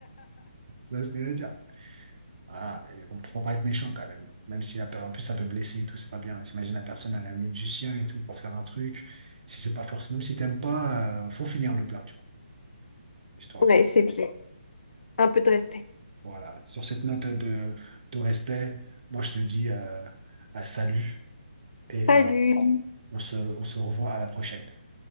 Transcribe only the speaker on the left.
Ouais,
c'est vrai. Un peu de respect.
Salut.